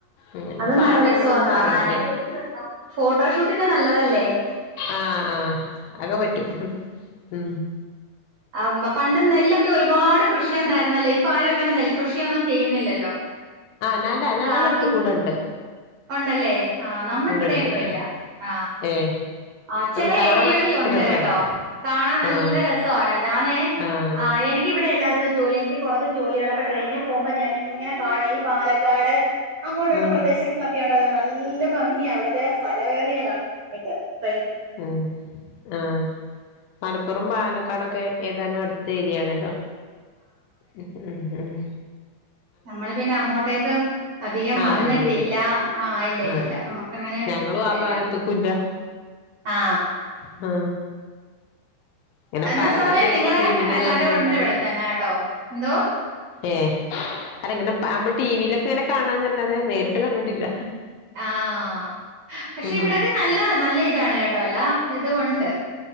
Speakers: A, on the left; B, on the right.
A: ഉം
B: അതും
A: പാടാണെന്നൊന്നും
B: നല്ല രസവാ കാണാനെ
A: അറിയില്ല
B: ഫോട്ടോഷൂട്ടിന് നല്ലതല്ലേ എ എ
A: ആഹ ആഹ അതൊക്കെ പറ്റും ഉ
B: ആ ഇമ്മ പണ്ട് നെല്ല്ക്കെ ഒരുപാട് കൃഷിണ്ടായിരുന്നല്ലേ ഇപ്പാരും അങ്ങനെ നെൽകൃഷിയൊന്നും ചെയ്യുന്നില്ലല്ലോ
A: ന്നലാ ഞങ്ങളുടെടുത്ത
B: ആർക്കും
A: കൂടെണ്ട്
B: ഉണ്ടല്ലേ ആ നമ്മുടെ ഇടെങ്ങും
A: ഉണ്ട് ഉണ്ട്
B: ഇല്ല ആ
A: ഏഹ്
B: ആ ചെല
A: അത് കാണാൻ
B: ഏരിയകളിൽ ഉണ്ട്
A: രസാണ്
B: കേട്ടോ കാണാൻ നല്ല
A: ആഹ്
B: രസമാണത് ആണേ
A: ആഹ്
B: ആ എനിക്കിവിടെ എല്ലാരും ജോലി എനിക്ക് പുറത്ത് ജോലി ഉള്ളപ്പോ ട്രെയിനെ പോവുമ്പോ ഞാനങ്ങനെ കാണ്നും ഈ പാലക്കാട് അങ്ങോട്ടുള്ള
A: ആഹ്
B: പ്രദേശങ്ങളൊക്കെ ഉണ്ടല്ലോ നല്ല ഭംഗിയ അവിടെ വത്യാം പല വേറിയ കായിട്ട് <unintelligible>
A: ഉ ആഹ് മല മലപ്പുറം പാലക്കാടൊക്കെ ഏതാനും അടുത്ത ഏരിയയാണല്ലോ ഉ ഉ ഉ
B: മ്മള് പിന്നെ അങ്ങോട്ടേക്ക് അധികം
A: ആഹ്
B: വന്നിട്ടില്ല
A: ഇല്ലല്ലേ
B: ആ ഇല്ല
A: ആഹ്
B: ഇല്ലല്ല നമുക്ക അങ്ങനെല്ലാന്ന്
A: ഞങ്ങളും ആ ഭാഗത്തക്കും
B: ആ
A: ആ ഇങ്ങനെ
B: എന്നാ
A: പറിണ
B: സമയം
A: കേക്ക
B: നിങ്ങള്
A: ടിവിൽ
B: എല്ലാരും
A: കാണന്നല്ലൊക്കെ
B: ഉണ്ട് ഇവിടെ തന്നെ കേട്ടോ എന്തോ
A: ഏഹ് അല്ല ങ്ങനെ നമ്മള് ടി വിയിലൊക്കെ ഇങ്ങനെ കാണാന്നല്ലാതെ നേരിട്ട് കണ്ടിട്ടില്ല
B: ആഹ് പക്ഷെ
A: ഉം
B: ഇവിടൊക്കെ നല്ല നല്ല ഇതാണ് കേട്ടോ അല്ല ഇത് ഉണ്ട്